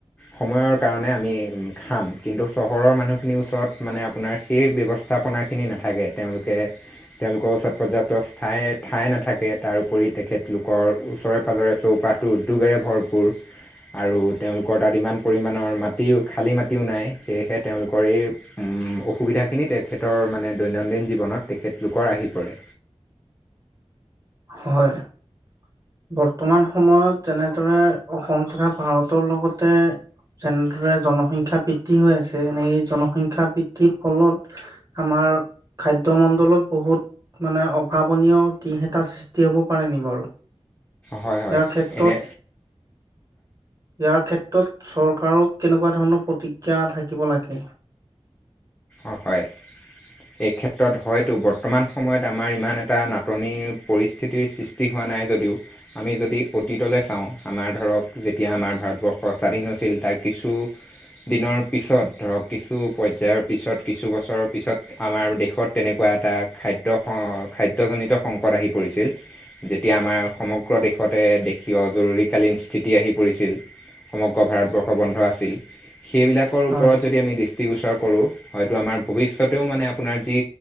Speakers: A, on the left; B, on the right.
A: সময়ৰ কাৰণে আমি উ খাম কিন্তু চহৰৰ মানুহখিনিৰ ওচৰত মানে আপোনাৰ সেই ব্যৱস্থা হনাখিনি নাথাকে তেওঁলোকে তেওঁলোকৰ ওচৰত পৰ্যাপ্ত ঠায় ঠাই নাথাকে তাৰো উপৰি তেখেতলোকৰ ওচৰে পাজৰে চব পাঠো উদ্যোগেৰে ভৰপূৰ আৰু তেওঁলোকৰ তাত ইমান পৰিমাণৰ মাটিও খালী মাটিও নাই সেয়েহে তেওঁলোকৰ এই অসুবিধাখিনি তেখেতৰ মানে দৈনন্দিন জীৱনত তেখেতলোকৰ আহি পৰে
B: হয় বৰ্তমান সময়ত যেনেদৰে অসম তথা ভাৰতৰ লগতে যেনেদৰে জনসংখ্যা বৃদ্ধি হৈ আছে এনে জনসংখ্যা বৃদ্ধিৰ ফলত আমাৰ খাদ্যয় মণ্ডলত বহুত মানে অভাৱনীয় দিশ এটা হ'ব পাৰে নি বাৰু
A: হয় হয়
B: ইয়াৰ ক্ষেত্ৰত
A: এনে
B: ইয়াৰ ক্ষেত্ৰত চৰকাৰৰ কেনেকুৱা ধৰণৰ প্ৰতিজ্ঞা থাকিব লাগে <inaudible>
A: অ হয় এই ক্ষেত্ৰত হয়তো বৰ্তমান সময়ত আমাৰ ইমান এটা নাটনিৰ পৰিস্থিতিৰ সৃষ্টি হয় নাই যদিও আমি যদি অতীতলৈ চাওঁ আমাৰ ধৰক যেতিয়া আমাৰ ভাৰতবৰ্ষ স্বাধীন হৈছিল তাৰ কিছুদিনৰ পিছত ধৰক কিছু পৰ্যায়ৰ পিছত কিছু বছৰৰ পিছত আমাৰ দেশত তেনেকুৱা এটা খাদ্য খাদ্যজনিত সংকট আহি পৰি পৰিছিল যেতিয়া আমাৰ সমগ্ৰ দেশতে দেশীয় জৰুৰীকালীন স্থিতি আহি পৰিছিল সমগ্ৰ ভাৰতবৰ্ষ বন্ধ আছিল সেইবিলাকৰ
B: হয়,
A: ওপৰত যদি আমি দৃষ্টিগোচৰ কৰো হয়তো আমাৰ ভৱিষ্যতেও মানে আপোনাৰ যি